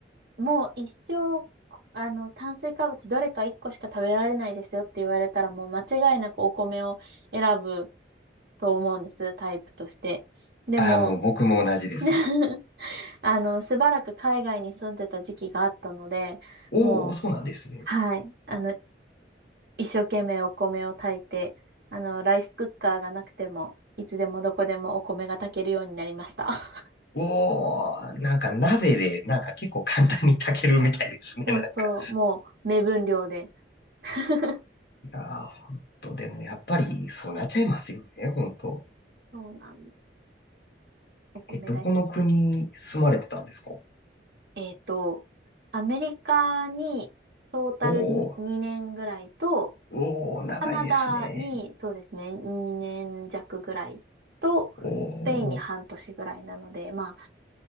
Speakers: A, on the right; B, on the left.
A: もう一生、あの、炭水化物どれか一個しか食べられないですよって言われたら、もう間違いなくお米を選ぶと思うんです、タイプとして。でも、
B: ああ、もう僕も同じです。
A: <laughs> あの、しばらく海外に住んでた時期があったので、
B: おお、
A: もう、
B: そうなんですね。
A: はい。あの、一生懸命お米を炊いて、あの、ライスクッカーがなくても、いつでもどこでもお米が炊けるようになりました。
B: おお、なんか鍋で、なんか結構簡単に炊けるみたいですね、
A: <laughs> そうそう、
B: なんか。
A: もう目分量で。<laughs>
B: いやー、本当でもやっぱりそうなっちゃいますよね、本当。
A: そうなんです。お米大好きで。
B: え、どこの国住まれてたんですか
A: えっと、アメリカにトータルに2年ぐらいと、
B: おー、おー、長いですね。
A: カナダにそうですね、2年弱ぐらいと、
B: おー、
A: スペインに半年ぐらいなので、まあ、